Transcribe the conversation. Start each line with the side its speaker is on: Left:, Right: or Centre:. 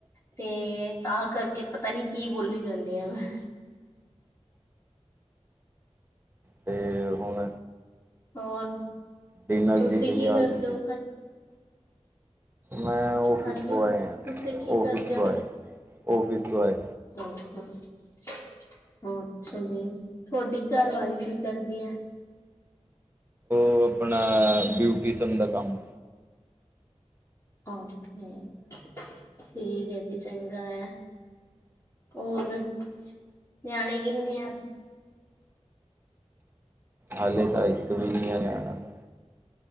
Left: ਤੇ ਤਾਂ ਕਰਕੇ ਪਤਾ ਨੀ ਕੀ ਬੋਲੀ ਜਾਨੀ ਆ ਮੈ।
Right: ਤੇ ਹੁਣ
Left: ਔਰ
Right: ਡਿਨਰ
Left: ਤੁਸੀ
Right: ਦੀ ਤਿਆਰੀ
Left: ਕੀ ਕਰਦੇ ਔ?
Right: ਮੈ ਔਫਿਸ
Left: ਹਾਂਜੀ
Right: ਤੋ ਆਏ ਆ,
Left: ਤੁਸੀਂ ਕੀ
Right: ਔਫੀਸ
Left: ਕਰਦੇ
Right: ਤੋ
Left: ਹੋ
Right: ਆਏ, ਔਫਿਸ ਤੋ ਆਏ।
Left: <unintelligible> ਅੱਛਾ ਜੀ। ਤੁਹਾਡੀ ਘਰਵਾਲੀ ਕੀ ਕਰਦੀ ਐ?
Right: ਔਹ ਆਪਣਾ, ਬਿਊਟੀਜ਼ਮ ਦਾ ਕੰਮ।
Left: ਔਕੇ। ਠੀਕ ਹੈ ਜੀ, ਚੰਗਾ ਐ। ਔਰ, ਨਿਆਣੇ ਕਿੰਨੇ ਆ?
Right: ਹੱਲੇ ਤਾਂ ਇੱਕ ਵੀ ਨਈ ਆ ਨਿਆਣਾ ਤੇ।